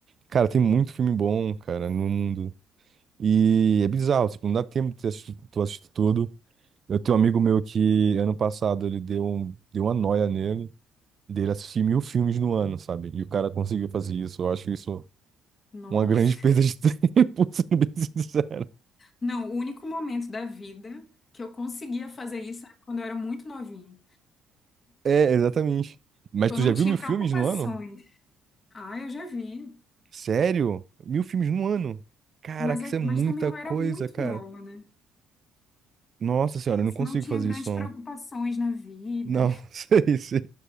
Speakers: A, on the right; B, on the left.
A: Cara, tem muito filme bom, cara, no mundo. E é bizarro, tipo, não dá tempo de assistir, tu assistir tudo. Eu tenho um amigo meu que, ano passado, ele deu, um, deu uma noia nele, dele assistir mil filmes no ano, sabe? E o cara conseguiu fazer isso. Eu acho isso
B: Nossa.
A: uma grande perda de <laughs> tempo, sendo bem sincero.
B: Não, o único momento da vida que eu conseguia fazer isso era quando eu era muito novinha.
A: É, exatamente. Mas
B: Eu
A: tu
B: não
A: já viu
B: tinha
A: mil
B: preocupações.
A: filmes no ano?
B: Ah, eu já vi.
A: Sério? Mil filmes no ano? Caraca,
B: Mas, é-
A: isso é muita
B: mas também eu
A: coisa,
B: era muito
A: cara.
B: nova, né?
A: Nossa senhora, eu
B: Isso
A: não consigo
B: não tinha
A: fazer
B: grandes
A: isso, não.
B: preocupações na vida.
A: Não, <laughs> sei, sei.